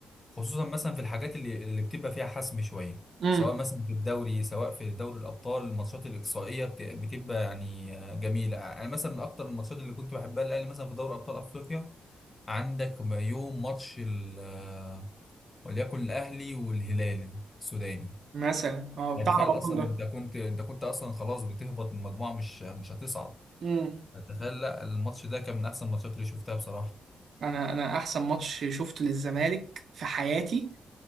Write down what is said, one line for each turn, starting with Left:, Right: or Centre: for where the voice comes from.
Left: خصوصا مثلا في الحاجات اللي اللي بتبقى فيها حسم شويه
Right: امم
Left: سواء مثلا في الدوري سواء في دوري الابطال الماتشات الاقصائيه بت- بتبقى يعني آه، جميله انا مثلا من اكتر الماتشات اللي كنت بحبها الاهلي مثلا في دوري ابطال افريقيا عندك يوم ماتش ال- آه، وليكن الاهلي والهلال السوداني
Right: مثلا اه
Left: يعني
Right: بتاع
Left: تخيل
Right: رمضان
Left: اصلا انت كنت انت كنت اصلا خلاص بتهبط من مجموعه مش مش هتصعد
Right: مم.
Left: يعني تخيل لا الماتش ده كان من احسن الماتشات اللي شفتها بصراحه
Right: انا انا احسن ماتش شفته للزمالك في حياتي